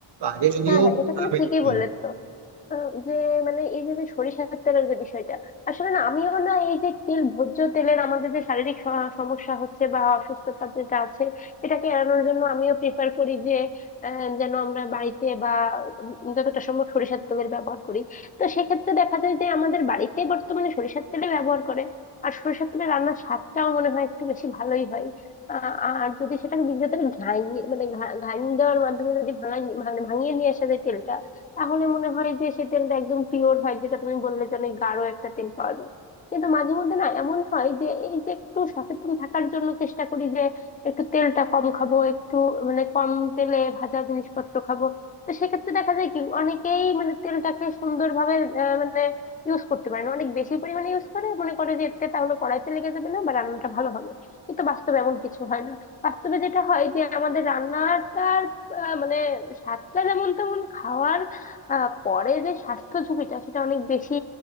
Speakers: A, on the right (about 65°); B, on the left (about 20°).
A: আগে যদিও
B: হ্যাঁ হ্যাঁ এটা তুমি
A: আমি-
B: ঠিকই
A: হ্যাঁ।
B: বলেছ আহ যে মানে এই যে যে সরিষার তেলের যে বিষয়টা আসলে না আমিও না এই যে তেল ভোজ্য তেলের আমাদের যে শারীরিক স- সমস্যা হচ্ছে বা অসুস্থতা যেটা আছে এটাকে এড়ানোর জন্য আমিও প্রিফার করি যে আহ, যেন আমরা বাড়িতে বা উম যতটা সম্ভব সরিষার তেলের ব্যবহার করি তো সেক্ষেত্রে দেখা যায় যে আমাদের বাড়িতে বর্তমানে সরিষার তেলে ব্যবহার করে আর সরিষার তেলে রান্নার স্বাদটাও মনে হয় একটু বেশি ভালোই হয় আ- আর যদি সেটাকে নিজেদের ঘাইনি মানে ঘা- ঘাইনি দেওয়ার মাধ্যমে যদি ভাঙাই ভাঙ- ভাঙিয়ে নিয়ে আসা যায় তেলটা তাহলে মনে হয় যে সে তেলটা একদম পিওর হয় যেটা তুমি বললে যে অনেক গাঢ় একটা তেল পাওয়া যায় কিন্তু মাঝে মধ্যে না এমন হয় যে এই যে একটু সচেতন থাকার জন্য চেষ্টা করি যে একটু তেলটা কম খাবো একটু মানে কম তেলে ভাজা জিনিসপত্র খাবো তো সেক্ষেত্রে দেখা যায় কি অনেকেই মানে তেলটাকে সুন্দরভাবে আহ, মানে ইউজ করতে পারে না অনেক বেশি পরিমাণে ইউজ করে মনে করে যে এতে তাহলে কড়াইতে লেগে যাবে না বা রান্নাটা ভালো হবে কিন্তু বাস্তবে এমন কিছু হয় না বাস্তবে যেটা হয় যে আমাদের রান্নাটার আহ, মানে স্বাদটা যেমন তেমন খাওয়ার আহ, পরে যে স্বাস্থ্য ঝুঁকিটা সেটা অনেক বেশি